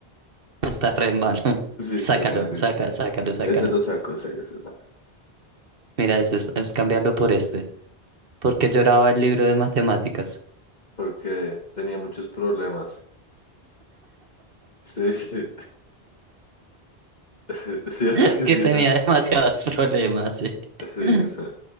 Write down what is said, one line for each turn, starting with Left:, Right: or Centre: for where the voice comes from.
Right: <laughs> Está re malo. <laughs>
Left: Sí,
Right: Sácalo,
Left: está mal. ese.
Right: sácalo, sácalo, sácalo.
Left: Ese lo saco, ese, ese lo
Right: Mira, este es, es cambiarlo por este. Porque lloraba el libro de matemáticas.
Left: porque tenía muchos problemas. Sí, sí. <laughs> Es Cierto
Right: <laughs>
Left: que
Right: Que
Left: sí,
Right: tenía
Left: eso-
Right: demasiados problemas, sí.
Left: sí,
Right: <laughs>
Left: esa,